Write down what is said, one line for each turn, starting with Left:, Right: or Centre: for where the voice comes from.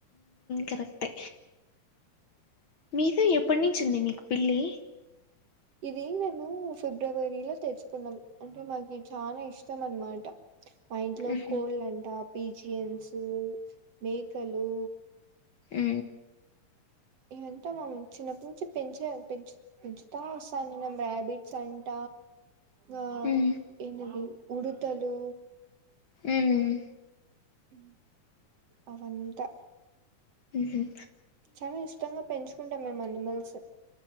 Left: కరక్టే మీతో ఎప్పటి నుంచి ఉంది మీకు పిల్లి
Right: ఇది మేము ఫిబ్రవరిలో తెచ్చుకున్నాం అంటే మాకు న చానా ఇష్టం అనమాట మా ఇంట్లో
Left: ఉమ్
Right: కోల్డ్ అంట పిజిఎన్స్ మేకలు
Left: హు
Right: ఇవంతా మ చిన్నప్పటి నుంచి పెంచే పెంచు పెంచుతా వస్తాంది మీము రబిట్ సంట ఆ
Left: ఉమ్
Right: ఏంది అది ఉడతలు
Left: ఉహ్మ్
Right: హ అవంతా
Left: ఉహుం
Right: చాలా ఇష్టంగా పెంచుకుంటాం మేము అనిమల్స్